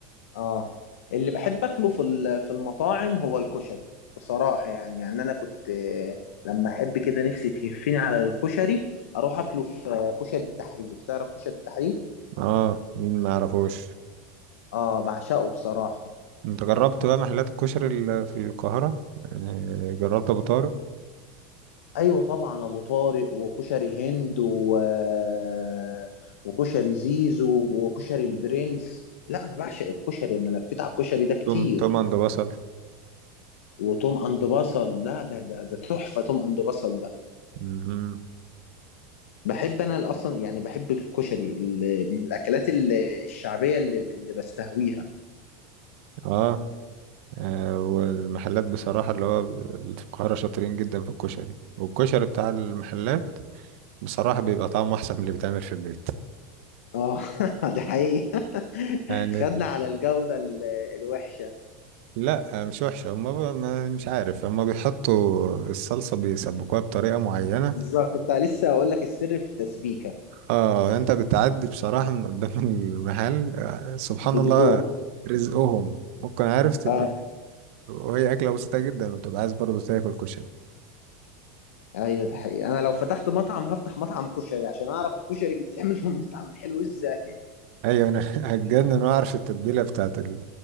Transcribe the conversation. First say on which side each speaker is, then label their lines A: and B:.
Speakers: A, on the left; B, on the right.
A: اه اللي بحب اكله في ال- في المطاعم هو الكشري بصراحه يعني يعني انا كنت آه، لما احب كده نفسي تهفني على الكشري اروح اكله في آه، كشري التحرير تعرف كشري التحرير
B: اه مين ما يعرفوش
A: اه بعشقه بصراحه
B: انت جربت بقى محلات الكشري ال- في القاهرة يعني جربت ابو طارق
A: ايوه طبعا ابو طارق وكشري هند و... آه، وكشري زيزو وكشري البرنس لا انا بعشق الكشري انا لفيت على الكشري ده كتير
B: توم توم عند بصل
A: وتوم اند بصل لا ده ده ده تحفه توم اند بصل ده
B: مهم.
A: بحب انا اصلا يعني بحب الكشري اللي من الاكلات ال- الشعبيه اللي اللي بستهويها
B: اه آه، والمحلات بصراحة اللي هو اللي في القاهرة شاطرين جدا في الكشري والكشري بتاع المحلات بصراحة بيبقى طعمه أحسن من اللي بيتعمل في البيت
A: اه <laughs> دي حقيقه <laughs>
B: يعني
A: خدنا على الجوده ال- الوحشه
B: لا آه، مش وحشة هما ب- ما- مش عارف هما بيحطوا الصلصة بيسبكوها بطريقة معينة
A: بالظبط كنت لسه اقول لك السر في التسبيكه
B: اه انت بتعدي بصراحة من قدام <laughs> المحل آه، سبحان
A: بتجوع
B: الله رزقهم ممكن عارف تبقى
A: اه
B: وهي أكلة بسيطة جدا وتبقى عايز برضه تاكل كشري
A: ايوه ده حقيقه انا لو فتحت مطعم هفتح مطعم كشري عشان اعرف الكشري بيتعمل في المطعم حلو ازاي
B: ايوه انا <laughs> هتجنن واعرف التتبيله بتاعت ال...